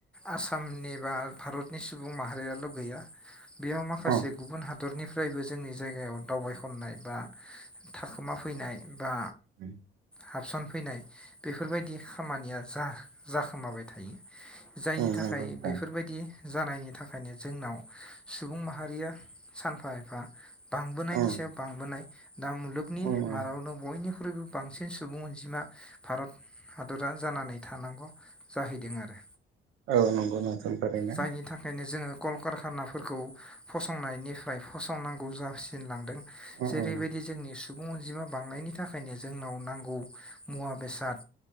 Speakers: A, in the centre; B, on the right (about 85°).
A: आसामनि बा भारतनि सुबुं माहारियाल' गैया। बेयाव माखासे
B: उम
A: गुबुन हाद रनिफ्रायबो जोंनि जायगायाव दावबायहैनाय बा थाखोमा फैनाय बा
B: उम
A: हाबसनफैनाय। बेफोरबायदि खामानिया जा जाखोमाबाय थायो। जायनि
B: नंगौ
A: थाखाय
B: नोंथां
A: बेफोर बायदि जानायनि थाखायनो जोंनाव सुबुं माहारिया सानफा एफा बांबोनायनि
B: उम
A: सायाव बांबोनाय दा मुलुगनि
B: उम
A: मादावनो
B: उम
A: बयनिबो ख्रुइबो बांसिन सुबुं अनजिमा भारत हादरा जानानै थानांगौ। जाहैदों आरो
B: औ नंगौ नोंथां थारैनो
A: जायनि थाखायनो जोङो कलकारखानाफोरखौ फसंनायनिफ्राय फसंनांगौ जासिनलांदों।
B: अ
A: जेरैबायदि
B: अ
A: जोंनि सुबुं अनजिमा बांनायनि थाखायनो जोंनाव नांगौ मुवा बेसाद।